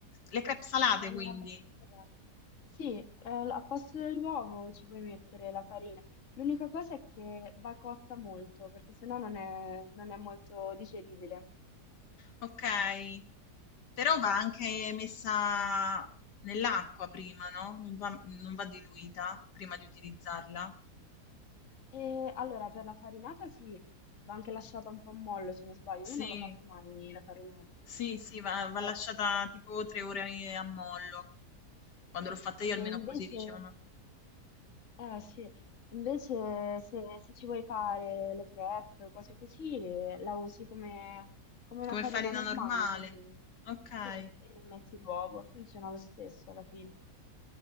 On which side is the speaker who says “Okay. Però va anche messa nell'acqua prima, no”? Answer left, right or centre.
Left